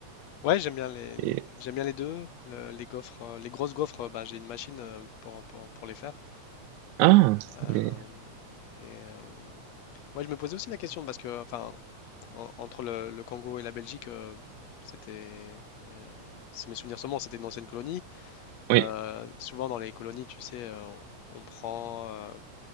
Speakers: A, on the left; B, on the right.
A: Ouais, j'aime bien les,
B: et-
A: j'aime bien les deux. Le- les gaufres, euh, les grosses gaufres, euh, bah, j'ai une machine euh, pour, pour, pour les faire.
B: ah,
A: Euh,
B: les-
A: et euh, moi, je me posais aussi la question parce que, enfin, en- entre le, le Congo et la Belgique, euh, c'était, euh, si mes souvenirs sont bons, c'était une ancienne colonie.
B: oui,
A: Euh, souvent dans les colonies, tu sais, euh, on, on prend, euh,